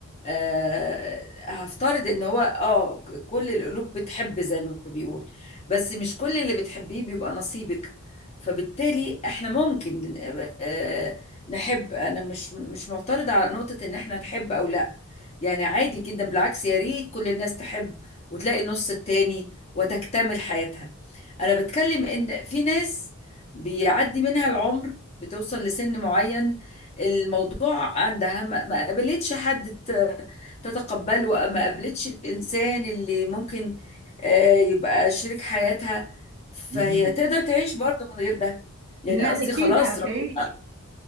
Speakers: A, on the left; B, on the right.
A: آه، هفترض ان هو اه كل القلوب بتحب زي ما بيقول بس مش كل اللي بتحبيه بيبقى نصيبك فبالتالي احنا ممكن آه، نحب انا مش مش معترضة على نقطة ان احنا نحب او لا يعني عادي جدا بالعكس يا ريت كل الناس تحب وتلاقي النص التاني وتكتمل حياتها انا بتكلم ان في ناس بيعدي منها العمر بتوصل لسن معين الموضوع عندها ما ما قابلتش حد ت- تتقبله ما قابلتش الانسان اللي ممكن آه، يبقى شريك حياتها فهي
B: مهم.
A: تقدر تعيش برضه من غير ده يعني
B: لا
A: قصدي
B: أكيد
A: خلاص
B: هتعيش
A: ربنا